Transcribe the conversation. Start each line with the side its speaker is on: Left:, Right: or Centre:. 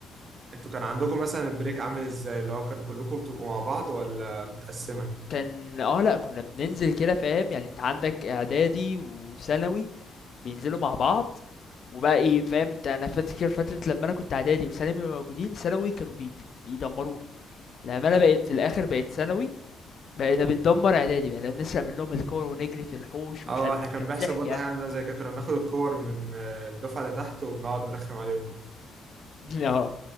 Right: انتوا كان عندكم مثلا البريك عامل ازاي اللي هو كان كلكم بتبقوا مع بعض ولا متقسمة
Left: كان اه لأ كنا بننزل كده فاهم يعني انت عندك اعدادي وثانوي بينزلوا مع بعض وبقى ايه فاهم انت انا فاكر فترة لما انا كنت اعدادي وثانوي موجودين ثانوي كانوا بي بي بيدمرونا لما انا بقيت في الاخر بقيت ثانوي بقينا بندمر اعدادي بقينا بنسرق منهم الكور ونجري في الحوش
Right: اه
Left: ومش عارف
Right: احنا كان
Left: كان
Right: بيحصل
Left: الضحك
Right: برضه
Left: يعني
Right: حاجة عندنا زي كده كنا بناخد الكور من آه، الدفعة اللي تحت وبنقعد نرخم عليهم
Left: <laughs> اه